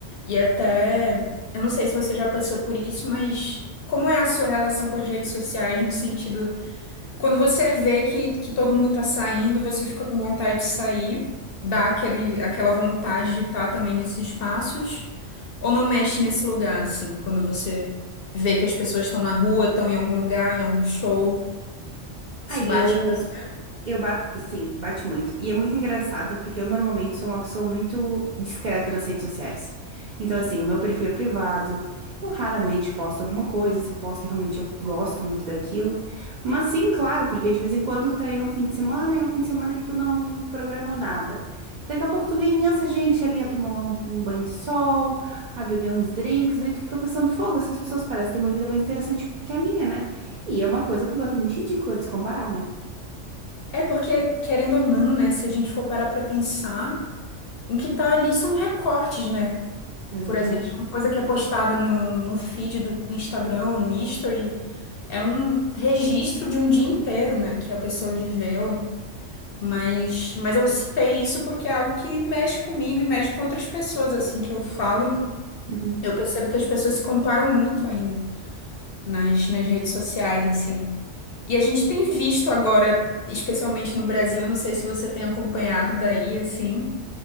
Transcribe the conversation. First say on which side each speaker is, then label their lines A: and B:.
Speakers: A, on the left (about 60°); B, on the right (about 60°).
A: E até, eu não sei se você já passou por isso, mas como é a sua relação com as redes sociais no sentido, quando você vê que, que todo mundo tá saindo, você fica com vontade de sair, dá aquele, aquela vontade de estar também nesses espaços, ou não mexe nesse lugar, assim, quando você vê que as pessoas estão na rua, estão em algum lugar, em algum show,
B: Aí
A: isso bate
B: eu
A: em você.
B: Eu bato, sim, bate muito. E é muito engraçado porque eu normalmente sou uma pessoa muito discreta nas redes sociais. Então, assim, o meu perfil é privado. Eu raramente posto alguma coisa. Se eu posto, realmente eu gosto muito daquilo. Mas sim, claro, porque de vez em quando tá ali num fim de semana e é um fim de semana que tu não programou nada. Daqui a pouco tu vê imensa gente ali a tomar um, um banho de sol, a beber uns drinks, daí tu fica pensando, fogo, essas pessoas parecem ter uma vida mais interessante que a minha, né? E é uma coisa completamente ridícula de se comparar, né?
A: É porque, querendo ou não, né, se a gente for parar pra pensar. O que tá ali são recortes, né?
B: Exatamente.
A: Por exemplo, uma coisa que é postada no, no feed do Instagram, no History, é um registro de um dia inteiro, né? Que a pessoa viveu. Mas, mas eu citei isso porque é algo que mexe comigo e mexe com outras pessoas, assim, que eu falo.
B: Uhum,
A: Eu percebo que as pessoas se comparam muito ainda nas, nas redes sociais, assim. E a gente tem visto agora, especialmente no Brasil, eu não sei se você tem acompanhado daí, assim.